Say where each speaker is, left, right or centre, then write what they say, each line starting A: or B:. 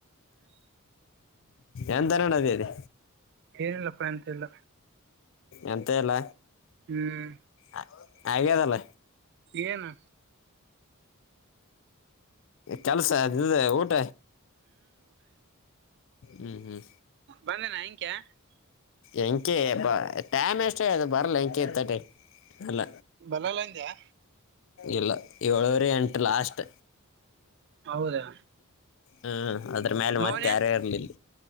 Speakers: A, on the left; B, on the right.
A: ಏನ್ಂತರೊಂಡದದಿರೆ
B: ಏನಿಲ್ಲಪ್ಪಾ ಎಂತೆಲ್ಲ
A: ಎಂತ ಎಲ್ಲ
B: ಹ್ಮ್
A: ಆ ಹಾಗ್ಯದಲ್ಲ
B: ಏನಾ
A: ಕೆಲ್ಸ ಇದುದೆ ಊಟ ಹ್ಮ್ ಹ್ಮ್
B: ಬಂದೇನಾ ಅಂಕ್ಯಾ
A: ಎಂಕೆ ಬಾ ಟೈಮ್ ಎಷ್ಟೇ ಅದು ಬರಲ್ಲ ಎಂಕ ಇತ್ತ ಟ ಅಲ್ಲ
B: ಬಲ್ಲಲ್ಲ ಅಂದ್ಯಾ
A: ಇಲ್ಲ ಏಳವರಿ ಎಂಟು ಲಾಸ್ಟ್
B: ಹೌದಾ
A: ಹ್ಮ್ ಅದ್ರ ಮೇಲೆ
B: ಮೌನ
A: ಮತ್ತೆ ಆರೇರಲಿಲ್ಲ